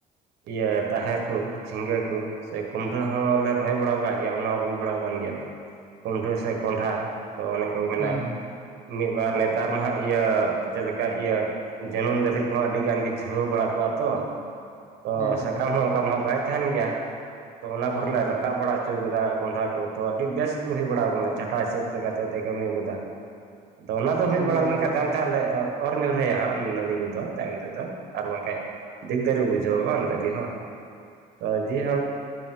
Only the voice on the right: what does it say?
ᱤᱭᱟᱹ ᱛᱟᱦᱮᱨ ᱠᱩ, ᱡᱷᱤᱸᱜᱟᱹ ᱠᱩ, ᱥᱮ ᱠᱩᱢᱰᱷᱟᱹ ᱦᱚᱸ ᱞᱮ ᱨᱚᱦᱚᱭ ᱵᱟᱲᱟᱣ ᱠᱟᱜ ᱜᱮᱭᱟ ᱚᱱᱟ ᱦᱚᱸ ᱦᱩᱭ ᱵᱟᱲᱟᱣ ᱠᱟᱱ ᱜᱮᱭᱟ ᱠᱩᱢᱰᱷᱟᱹ ᱥᱮ ᱠᱚᱸᱰᱷᱦᱟ ᱛᱚ ᱚᱱᱮ ᱚᱱᱠᱟ ᱠᱚ ᱢᱮᱱᱟ
-ᱼ
ᱢᱤᱫᱵᱟᱨ ᱱᱮᱛᱟᱨ ᱢᱟ ᱦᱟᱸᱜ ᱤᱭᱟᱹ ᱡᱮᱞᱮᱠᱟ ᱤᱭᱟᱹ ᱡᱟᱹᱱᱩᱢ ᱫᱟᱨᱮ ᱠᱚ ᱦᱚᱸ ᱟᱹᱰᱤ ᱜᱟᱱ ᱜᱮ ᱡᱷᱟᱹᱣᱟᱹ ᱵᱟᱲᱟ ᱠᱚᱜᱼᱟ ᱛᱚ, ᱛᱚ
ᱥᱟᱠᱟᱢ ᱦᱚᱸ ᱚᱱᱠᱟ ᱢᱟ ᱦᱚᱸ ᱵᱟᱭ ᱛᱟᱦᱮᱸᱱ ᱜᱮᱭᱟ ᱾ ᱛᱚ ᱚᱱᱟ
ᱠᱚᱨᱮᱞ ᱮ
ᱨᱟᱠᱟᱵ ᱵᱟᱲᱟ ᱚᱪᱚ ᱦᱚᱴᱩ ᱠᱟᱫᱟ ᱠᱚᱸᱰᱷᱟ ᱠᱚ ᱛᱚ ᱟᱹᱰᱤ ᱵᱮᱥ ᱜᱮ ᱦᱩᱭ ᱵᱟᱲᱟ ᱟᱠᱟᱱᱟ ᱡᱷᱟᱴᱟ ᱦᱤᱥᱟᱹᱵᱽ ᱞᱮᱠᱟ ᱛᱮ ᱛᱮᱭ ᱠᱟᱹᱢᱤ ᱠᱟᱫᱟ ᱾ ᱟᱫᱚ ᱚᱱᱟ
ᱫᱚ ᱦᱩᱭ
ᱵᱟᱲᱟ
ᱞᱮᱱᱠᱷᱟᱱ
ᱛᱟᱭᱚᱢ ᱛᱮ ᱦᱟᱸᱜ ᱞᱮ ᱚᱨ ᱧᱩᱨᱦᱟᱹᱭᱟᱜ ᱱᱟᱹᱲᱤ ᱠᱚᱫᱚ ᱛᱟᱭᱚᱢ ᱛᱮᱫᱚ ᱾
ᱟᱨ
ᱵᱟᱝᱠᱷᱟᱡ ᱫᱤᱠ ᱫᱟᱨᱮ ᱵᱩᱡᱷᱟᱹᱣᱟ ᱵᱟᱝ ᱫᱟᱨᱮ ᱦᱚᱸ, ᱛᱚ ᱡᱤ ᱦᱳᱠ